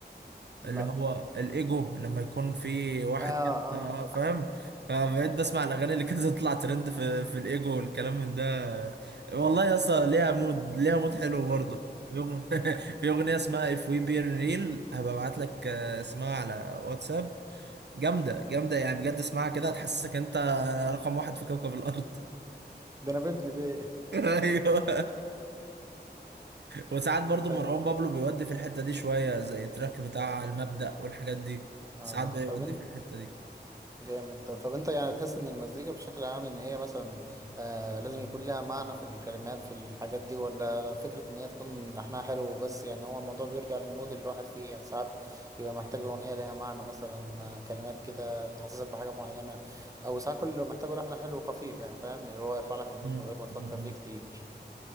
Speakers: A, on the right (about 20°); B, on the right (about 75°).
A: لا
B: اللي هو الايجو لما يكون في واحد
A: اه
B: كده
A: اه
B: آه، فاهم فبقيت بسمع الاغاني اللي كانت تطلع ترند في في الايجو والكلام من ده والله يا اسطى ليها مود ليها مود حلو برضه في أغ- <laughs> في اغنيه اسمها If We Be Real هبقى ابعت لك آه، اسمها على واتساب جامدة جامدة يعني بجد اسمعها كده هتحسسك انت رقم واحد في كوكب الأرض
A: ده انا بابن بيه
B: <laughs> ايوه وساعات برضو
A: <laughs> طيب
B: مروان بابلو بيودي في الحتة دي شوية زي التراك بتاع المبدأ والحاجات دي
A: اه
B: ساعات بيودي
A: طب انت
B: في الحتة دي
A: جامد ده طب انت يعني تحس ان المزيكا بشكل عام ان هي مثلا آه لازم يكون لها معنى في الكلمات في الحاجات دي ولا فكرة ان هي تكون لحنها حلو بس يعني هو الموضوع بيرجع للمود اللي الواحد فيه يعني ساعات يبقى محتاج اغنية لها معنى مثلا آه، كلمات كده تحسسك بحاجة معينة او ساعات كل اللي محتاجه لحن حلو وخفيف يعني فاهم اللي هو يرفع لك المود
B: مم.
A: من غير ما تفكر
B: مم.
A: فيه كتير